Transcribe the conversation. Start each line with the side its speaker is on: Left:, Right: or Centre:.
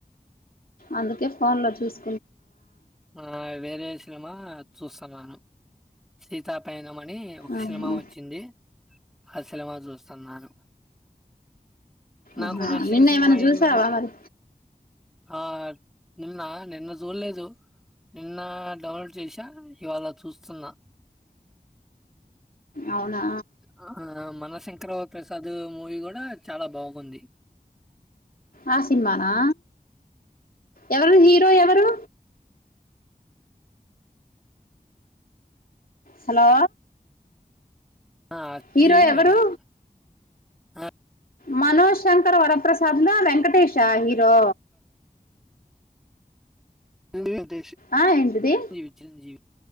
Left: అందుకే ఫోన్ లో చూసి
Centre: ఆ వేరేస చూస్తున్నాను సీత పైన మ అని ఒక
Left: ఆహా
Centre: సినిమా వచ్చింది అ సినిమా చూస్తున్నాను నాకు
Left: అహా
Centre: నచ్చిన
Left: నిన్న
Centre: సినిమా
Left: ఏమన్నా చూసావా
Centre: ఏందం
Left: మరి
Centre: ఆ నిన్న నిన్న చూడలేదు నిన్న డౌన్లోడ్ చేసా ఇవాళ చూస్తున్నా
Left: అవునా
Centre: ఆ మన శంకర వరప్రసాద్ మూవి చాలా బాగుంది
Left: ఆ సినిమానా ఎవరు హీరో ఎవరు హలో
Centre: ఆ! 'చిరంజీవి'
Left: హీరో ఎవరు
Centre: వెంకటేష్. ఆ!
Left: మనోజ్ శంకర్ వరప్రస సద్లా వెంకటేశ ఇ జో
Centre: అండి ష్
Left: ఆ ఏంటిది
Centre: చి చిరంజీవి